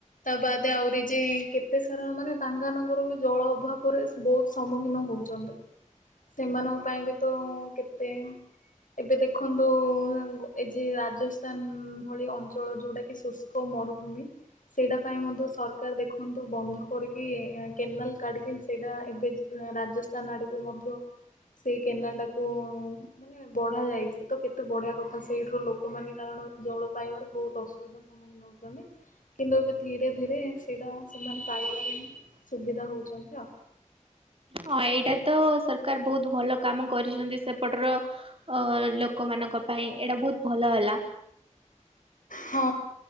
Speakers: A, on the left (about 85°); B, on the right (about 45°).
A: ତା ବାଦ ଆହୁରି ଯେ କେତେ ସାରା ମାନେ ତାଙ୍କ ମାନଙ୍କର ବି ଜଳ ଅଭାବରେ ବହୁତ ସମ୍ମୁଖୀନ ହୁଏ। ହଉଛନ୍ତି ସେମାନଙ୍କ ପାଇଁ ବି ତ କେତେ ଏବେ ଦେଖନ୍ତୁ ଏ ଯେ ରାଜସ୍ଥାନ ଭଳି ଅଞ୍ଚଳ ଯୋଉଟା କି ଶୁଷ୍କ ମରୁଭୂମି ସେଇଟା ପାଇଁ ମଧ୍ୟ ସରକାର ଦେଖନ୍ତୁ ବନ୍ଧ କରିକି ଇ କେନାଲ କାଢିକି ସେଇଟା ଏବେ ରାଜସ୍ଥାନ ଆଡକୁ ମଧ୍ୟ ସେଇ କେନାଲ ଟାକୁ ଉ ମାନେ ବଢା ଯାଇଛି ତ କେତେ ବଢିଆ କଥା ସେଇଠୁ ଲୋକମାନେ କାରଣ ଜଳ ପାଇବାରେ ବହୁତ ଅସୁବିଧା ସମ୍ମୁଖୀନ ନଉଛନ୍ତି କିନ୍ତୁ ଏବେ ଧୀରେ ଧୀରେ ସେଇଟା ସେମାନେ ପାଇବାରେ ହିଁ ସୁବିଧା ହଉ କହୁଛନ୍ତି ଆଉ।
B: ହଁ ଏଇଟା ତ ସରକାର ବହୁତ ଭଲ କାମ କରିଛନ୍ତି ସେପଟର ଅ ଲୋକମାନେ ମାନଙ୍କ ପାଇଁ ଏଇଟା ବହୁତ ଭଲ ହେଲା।
A: ହଁ